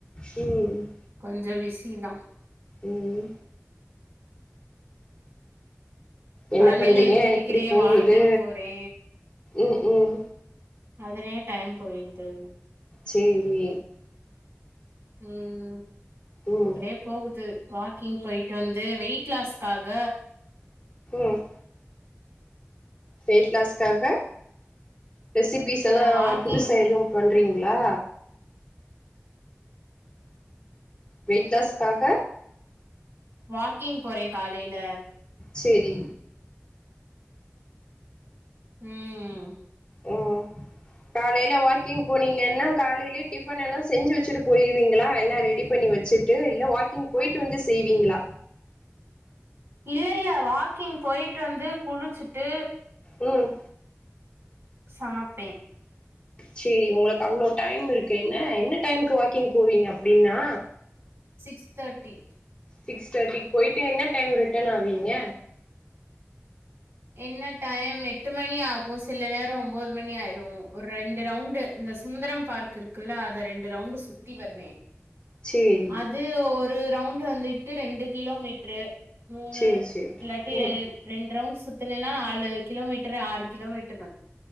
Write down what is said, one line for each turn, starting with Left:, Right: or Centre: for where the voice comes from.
Left: ம்
Right: கொஞ்சோ விசிதா
Left: ம் என்ன
Right: காலையில
Left: பண்றீங்க
Right: எந்திரிக்கிறே
Left: எப்டி போகுது
Right: வாக்கிங் போறே
Left: ம் ம்
Right: அதுலயே டைம் போயிருது
Left: சேரி
Right: ம்
Left: ம்
Right: அப்டே போகுது வாக்கிங் போய்ட்டு வந்து வெயிட் லாஸ்க்காக
Left: ம் வெயிட் லாஸ்க்காக ரெசிபிஸ் எல்லா
Right: அ வாக்கிங்
Left: புதுஸா எதுவு பண்றீங்களா வெய்ட் லாஸ்க்காக
Right: வாக்கிங் போற காலைல
Left: செரி
Right: ம்
Left: ஓ காலைல வாக் கிங் போனீங்கனா காலிலயே டிஃபன் எல்லா செஞ்சு வெச்சுட்டு போய்ருவீங்களா எல்லா ரெடி பண்ணி வெச்சுட்டு இல்ல வாக் வாக்கிங் போய்ட்டு வந்து செய்வீங்களா
Right: இல்ல இல்ல வாக்கிங் போய்ட்டு வந்து குளிச்சுட்டு
Left: ம்
Right: சமப்பே
Left: சேரி உங்குளுக்கு அவ்ளோ டைம் இருக்கே என்ன என்ன டைமுக்கு வாக்கிங் போவீங்க அப்டீன்னா
Right: சிக்ஸ் தர்டி
Left: சிக்ஸ் தர்ட்டிக்கு போய்ட்டு என்ன டைம் ரிட்டன் ஆவீங்க
Right: என்ன டையம் எட்டு மணி ஆகோ சில நேரம் ஒம்போது மணி ஆயிரோ ஒரு ரெண்டு ரவுண்டு இந்த சுந்தரம் பார்க் இருக்குல்ல அத ரெண்டு ரவுண்டு சுத்தி வருவே
Left: சேரி
Right: அது ஒரு ரவுண்டு வந்துட்டு ரெண்டு கிலோமீட்ரு மூணு
Left: சேரி சேரி
Right: இல்லாட்டி
Left: ம்
Right: ரெண்டு ரவுண்ட் சுத்தனேன்னா நாலு கிலோமீட்ரு ஆறு கிலோமீட்